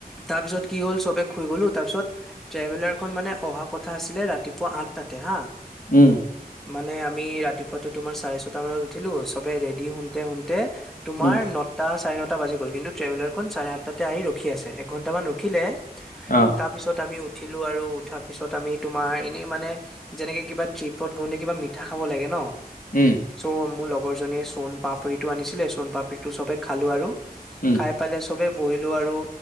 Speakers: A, in the centre; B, on the left (about 55°).
A: তাৰপিছত কি হ'ল চবে খুই গ'লো তাৰ পিছত ট্ৰেভেলাৰ খন মানে অহা কথা আছে ছিলে ৰাতিপুৱা আঠটাতে হা।
B: উম।
A: মানে আমি ৰাতিপুৱাটো তোমাৰ চাৰে ছটা মানত উঠিলো, ছবে ৰেডি হুণ্টে হুণ্টে তোমাৰ
B: উম
A: নটা চাৰে নটা টা বাজি গ'ল কিন্তু ট্ৰভেলাৰখন চাৰে আঠটাতে আহি ৰখি আছে, এঘণ্টামান ৰখিলে
B: অ
A: তাৰ পিছত আমি উঠ উঠিলোঁ আৰু উঠাৰ পিছত আমি তোমাৰ এনেই মানে যেনেকে কিবা ট্ৰিপত গওঁতে কিবা মিঠা খাব লাগে ন।
B: উম
A: চ মু লগ লগৰজনীয়ে চণ পাপুৰিটো আনিছিলে চণ পাপৰি টো চবে খালো আৰু।
B: উম
A: খাই পালে চবে বহিলো আৰু